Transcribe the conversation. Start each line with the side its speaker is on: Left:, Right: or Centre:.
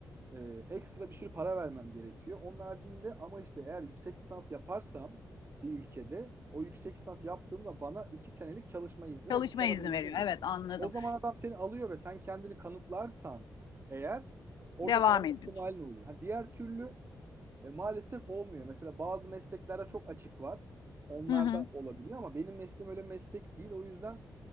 Right: Ee, ekstra bir sürü para vermem gerekiyor. Onun haricinde ama işte eğer yüksek lisans yaparsam bir ülkede o yüksek lisans yaptığımda bana iki senelik çalışma izni
Left: çalışma
Right: ve iş arama
Left: izni
Right: izni
Left: veriyor.
Right: veriyor.
Left: Evet anladım.
Right: O zaman adam seni alıyor ve sen kendini kanıtlarsan eğer orada
Left: Devam
Right: kalma
Left: ediyoruz.
Right: ihtimalin oluyor. Ha, diğer türlü e, maalesef olmuyor. Mesela bazı mesleklerde çok açık var. Onlarda
Left: Hı hı.
Right: olabiliyor ama benim mesleğim öyle meslek değil. O yüzden